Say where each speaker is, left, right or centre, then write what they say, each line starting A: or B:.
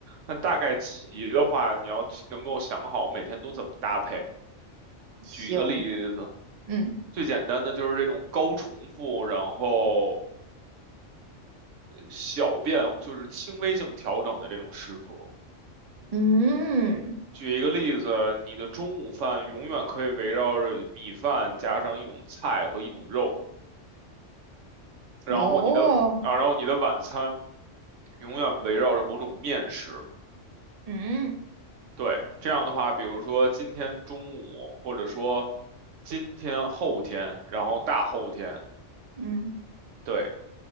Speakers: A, on the right; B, on the right.
A: 但大概齐的话，你要能够想好每天都怎么搭配。
B: 行，
A: 举一个例子，
B: 嗯
A: 最简单的就是这种高重复，然后小变，就是轻微性调整的这种食谱。
B: 嗯，
A: 举一个例子，你的中午饭永远可以围绕着米饭加上一种菜和一种肉。然后你的啊，
B: 哦，
A: 然后你的晚餐永远围绕着某种面食。
B: 嗯
A: 对，这样的话，比如说今天中午，或者说今天后天，然后大后天，
B: 嗯，
A: 对，